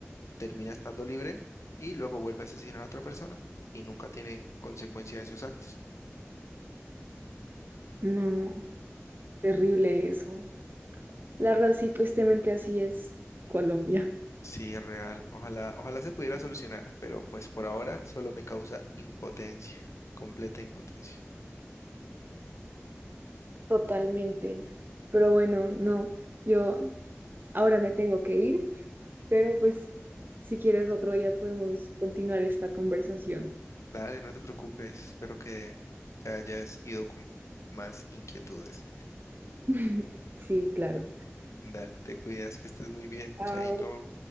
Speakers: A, on the left; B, on the right.
A: termina estando libre y luego vuelve a asesinar a otra persona y nunca tiene consecuencia de sus actos.
B: No, terrible eso. La verdad, sí, tristemente así es Colombia.
A: Sí, es real. Ojalá, ojalá se pudiera solucionar, pero pues por ahora solo me causa impotencia, completa impotencia.
B: Totalmente. Pero bueno, no, yo ahora me tengo que ir, pero pues si quieres otro día podemos continuar esta conversación.
A: Dale, no te preocupes. Espero que te hayas ido con más inquietudes.
B: <laughs> Sí, claro.
A: Dale, te cuidas, que estés muy bien.
B: Chao.
A: Chaito.